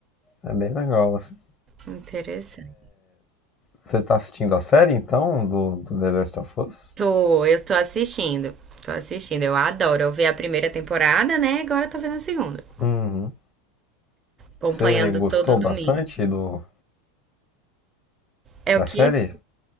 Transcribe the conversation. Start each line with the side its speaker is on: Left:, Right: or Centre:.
Left: é bem legal, assim.
Right: Interessante.
Left: Você tá assistindo a série então do, do The Last of Us?
Right: Tô, eu tô assistindo. Tô assistindo. Eu adoro. Eu vi a primeira temporada, né? Agora eu tô vendo a segunda.
Left: Uhum.
Right: Acompanhando
Left: Você gostou
Right: todo domingo.
Left: bastante do,
Right: É
Left: da
Right: o que?
Left: série?